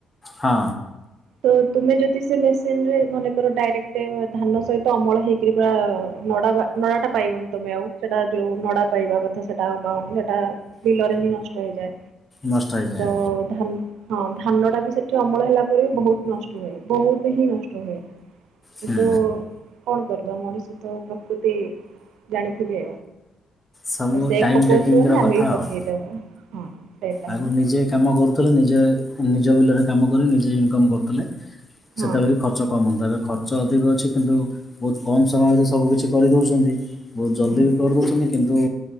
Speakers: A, on the left (about 20°); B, on the right (about 85°).
A: ହଁ।
B: ତ ତୁମେ ଯଦି ସେ ମେସିନିରେ ମନେକର ଡାଇରେକ୍ଟ ଧାନ ସହିତ ଅମଳ ହେଇକରି ନଡାବା ନା ଟା ପାଇବନି ତମେ ଆଉ ସେଟା ଯୋଉ ନଡା ପାଇବା କଥା ତ ସେଟା ଆଉ ପାଉନି ସେଟା ବିଲରେ ହିଁ ନଷ୍ଟ ହେଇଯାଏ
A: ନଷ୍ଟ ହେଇଯାଏ।
B: ତ ଧାନ ହଁ ଧାନ ଟା ବି ସେଠି ଅମଳ ହେଲା ପରେ ବି ବହୁତ ନଷ୍ଟ ହୁଏ ବହୁତ ହିଁ ନଷ୍ଟ ହୁଏ। କିନ୍ତୁ
A: ହୁଁ
B: କଣ କରିବା ମଣିଷ ତ ପ୍ରକୃତି ଜାଣିଥିବେ?
A: ସବୁ
B: ସେ
A: ଟାଇମ୍
B: ପକଉଛି
A: ଟେକିଂର
B: ମାନେ
A: କଥା
B: ଆମେ ବି
A: ଆଉ।
B: ପକେଇଦବା ହଁ ସେଟା
A: ଆଗରୁ
B: ହିଁ।
A: ନିଜେ କାମ କରୁଥିଲେ ନିଜେ ନିଜ ବିଲରେ କାମ କରି ନିଜେ ଇନକମ୍ କରୁଥିଲେ। ସେତେବେଳେ
B: ହଁ
A: ବି ଖର୍ଚ୍ଚମ ହେଥିଲା ଖ ଖର୍ଚ ଅଧିକ ଅଛି କିନ୍ତୁ ବହୁତ କମ୍ ସମୟରେ ସବୁ କିିଛି କରିଦେଉଛନ୍ତି ବହୁତ ଜଲ୍ଦି
B: ହଁ।
A: ବି କରିଦେଉଛନ୍ତି। କିନ୍ତୁ